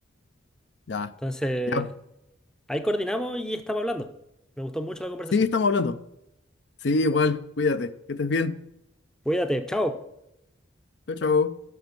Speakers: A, on the left (about 60°); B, in the centre.
A: Ya,
B: Entonces,
A: ya.
B: ahí coordinamos y estamos hablando. Me gustó mucho la conversación.
A: Sí, estamos hablando. Sí, igual, cuídate, que estés bien.
B: Cuídate, chao.
A: Chau, chau.